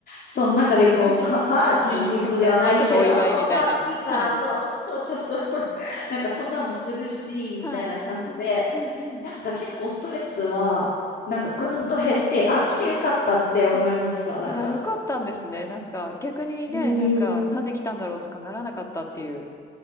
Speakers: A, on the left (about 50°); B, on the left (about 15°).
A: その中でこう、
B: <laughs> パーティーっていうか、
A: パ、パーティーっていうほどではないけど、
B: まあちょっとお祝いみたいな。
A: <laughs> まあ、ピザ、
B: はい。
A: そう、そうそうそうそう、<laughs> なんかそんなんもするし、みたいな感じで、
B: はい。うんうんうん。
A: なんか結構ストレスは、なんかぐんと減って、あ、来てよかったって思いました、
B: あ、あ、
A: なんか。
B: じゃあよかったんですね。なんか逆にね、
A: うーん。
B: なんかなんで来たんだろうとかならなかったっていう。